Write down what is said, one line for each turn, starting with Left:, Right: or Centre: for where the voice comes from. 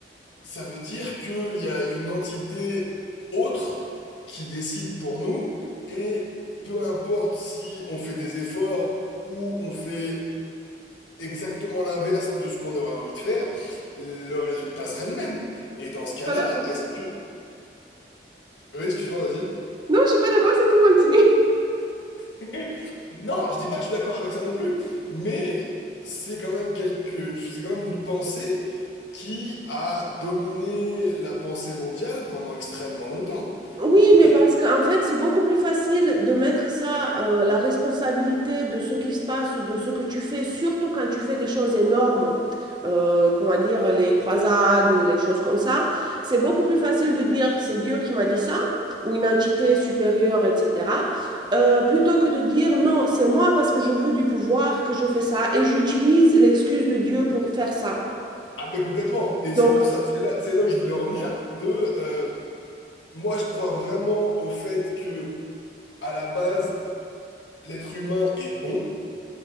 Left: ça veut dire qu'il y a une entité autre qui décide pour nous et peu importe si on fait des efforts ou on fait exactement l'inverse de ce qu'on aurait envie de faire, le résultat serait le même. Et dans ce cas-là,
Right: pas d'accord.
Left: est-ce que... Oui, excuse-moi, vas-y.
Right: Non, je suis pas d'accord, c'est tout continue.
Left: <laughs> Non, je dis pas que je suis d'accord avec ça non plus, mais c'est quand même quelque... c'est quand même une pensée qui a dominé la pensée mondiale pendant extrêmement longtemps.
Right: Oui, mais
Left: Et...
Right: parce qu'en fait, c'est beaucoup plus facile de mettre ça, euh, la responsabilité de ce qui se passe, de ce que tu fais, surtout quand tu fais des choses énormes, euh, comment dire, les croisades ou les choses comme ça. C'est beaucoup plus facile de dire c'est Dieu qui m'a dit ça, ou une entité supérieure, etc., euh, plutôt que de dire non, c'est moi parce que je veux du pouvoir que je fais ça et j'utilise l'excuse de Dieu pour faire ça.
Left: Ah, mais complètement. Et
Right: Donc,
Left: c'est pour ça, c'est là, c'est là où je voulais en venir, de... euh, moi, je crois vraiment au fait que, à la base, l'être humain est bon